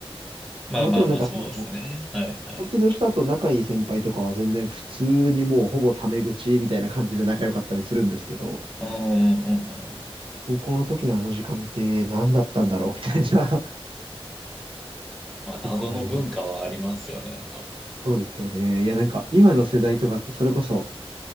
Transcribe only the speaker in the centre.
まあまあまあ、
そうですね。はいはい。
うんうんうんうん。
まあ、謎の文化はありますよね、
多分。